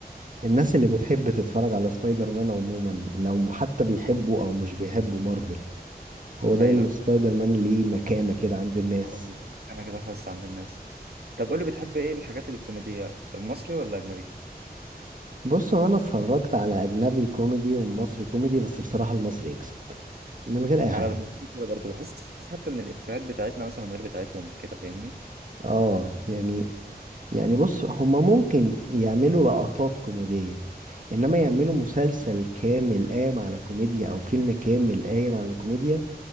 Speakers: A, on the right (about 50°); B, on the right (about 75°).
A: الناس اللي بتحب تتفرج على سبايدر مان عموما لو حتى بيحبوا او مش بيحبوا مارفل هو دايما
B: ايوه
A: سبايدر مان ليه مكانة كده عند الناس
B: آه. انا كده خاصة عند الناس طب قول لي بتحب ايه الحاجات الكوميدية المصري ولا اجنبي
A: بص هو انا اتفرجت على اجنبي كوميدي ومصري كوميدي بس بصراحة المصري يكسب من غير اي حاجة
B: انا بالنسبة لي كده برضه بحس حتى ان الافيهات بتاعتنا مثلا غير بتاعتهم كده فاهمني
A: اه يعني يعني بص هما ممكن يعملوا لقطات كوميدية انما يعملوا مسلسل كامل قايم على كوميديا او فيلم كامل قايم على كوميديا